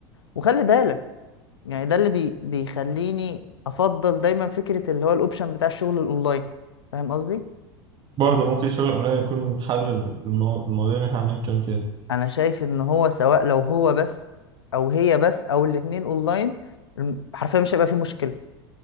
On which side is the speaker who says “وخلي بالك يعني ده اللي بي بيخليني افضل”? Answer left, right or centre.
Left